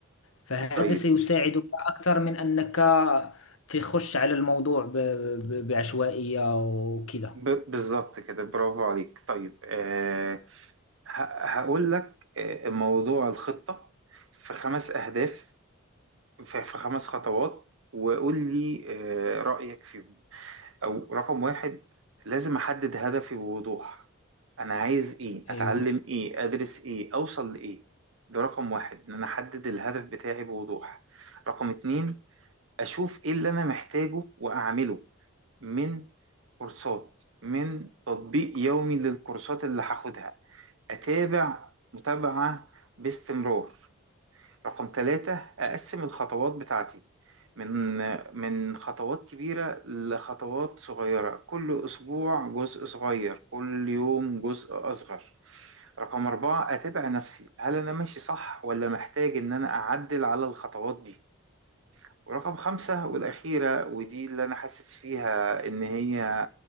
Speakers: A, on the left (about 70°); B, on the right (about 65°).
A: فهذا
B: طيب
A: سيساعدك أكثر من أنك تخش على الموضوع ب- ب- بعشوائية وكذا
B: ب- بالظبط كده برافو عليك طيب آه، ه- هقول لك آه، موضوع الخطة في خمس أهداف في في خمس خطوات وقول لي آه، رأيك فيهم او رقم واحد لازم احدد هدفي بوضوح انا عايز ايه اتعلم
A: أيوة
B: ايه ادرس ايه اوصل لايه ده رقم واحد ان انا احدد الهدف بتاعي بوضوح رقم اتنين اشوف ايه اللي انا محتاجه واعمله من كورسات من تطبيق يومي للكورسات اللي هاخدها اتابع متابعة باستمرار رقم ثلاثة أقسم الخطوات بتاعتي من من خطوات كبيرة لخطوات صغيرة كل أسبوع جزء صغير كل يوم جزء أصغر رقم أربعة أتابع نفسي هل أنا ماشي صح ولا محتاج إن أنا أعدل على الخطوات دي ورقم خمسة والأخيرة ودي اللي أنا حاسس فيها إن هي